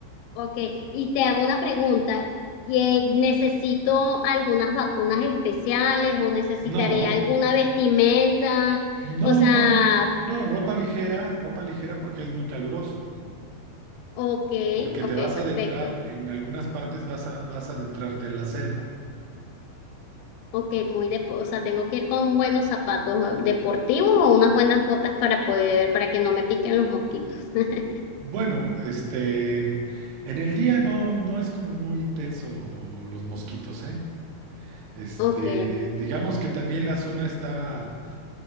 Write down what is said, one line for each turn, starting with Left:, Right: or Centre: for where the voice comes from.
Left: ok. Y te hago una pregunta. y, eh, ¿Necesito algunas vacunas especiales o necesitaré
Right: No,
Left: alguna vestimenta?
Right: no,
Left: O sea,
Right: no, no, ropa ligera, ropa ligera porque es muy caluroso,
Left: ok,
Right: porque
Left: ok,
Right: te vas
Left: perfecto.
Right: a adentrar, en algunas partes vas a, vas a adentrarte en la selva.
Left: Ok, muy de, o sea, tengo que ir con buenos zapatos eh, deportivos o unas buenas botas para poder, para que no me piquen los mosquitos. <laughs>
Right: Bueno, este, en el día no, no es como muy intenso los mosquitos, ¿eh? Este,
Left: Ok,
Right: digamos que también la zona está